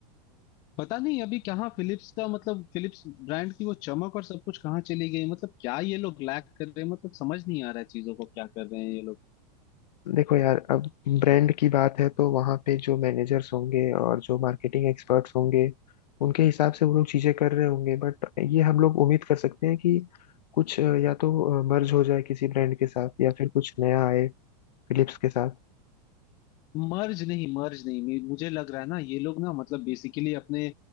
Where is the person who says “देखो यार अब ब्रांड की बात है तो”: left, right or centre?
Left